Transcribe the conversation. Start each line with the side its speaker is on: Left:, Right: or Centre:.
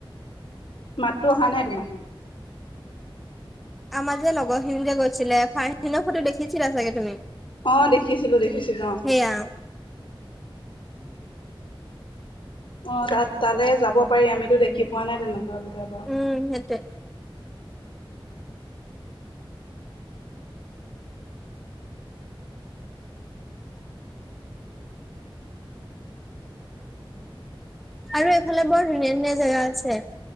Left: মাতো অহা নাই তোমাৰ।
Centre: আমাৰ যে লগৰখিনি যে গৈছিলে ফাইসিন ফটো দেখিছিলা চাগে তুমি?
Left: আহ দেখিছিলো দেখিছিলো অ।
Centre: সেয়া
Left: অ তাত তালে যাব পাৰি আমিতো দেখি পোৱা নাই তেনেকুৱা বিলাক বাও।
Centre: উম সেইটোৱে আৰু এইফালে বৰ ধুনীয়া ধুনীয়া জেগা আছে